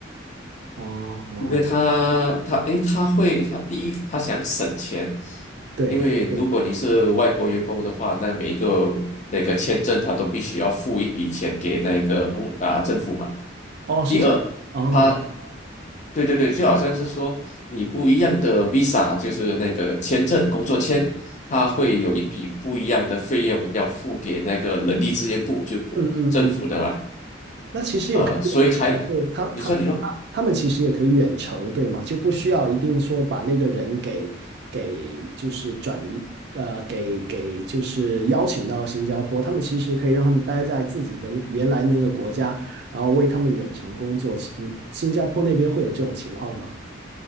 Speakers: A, on the right; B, on the left.
A: 哦哦，
B: 对他，他诶，他会，他第一，他想省钱，
A: 对对，
B: 因为如果你是外国员工的话，那每一个那个签证他都必须要付一笔钱给那个公啊、政府嘛。
A: 哦，是这样，
B: 第二，
A: 哦，
B: 他，对对对，就好像是说你不一样的 visa，就是那个签证工作签，他会有一笔不一样的费用要付给那个人力资源部，就
A: 嗯嗯嗯。
B: 政府的嘛。
A: 那其实也可以啊，
B: 呃，所以还，
A: 就他他他他们其实也可以远程，
B: 你说你说。
A: 对吗？就不需要一定说把那个人给给就是转移，呃，给给就是邀请到新加坡，他们其实可以让他们待在自己的那原来那个国家，然后为他们远程工作。新新加坡那边会有这种情况吗？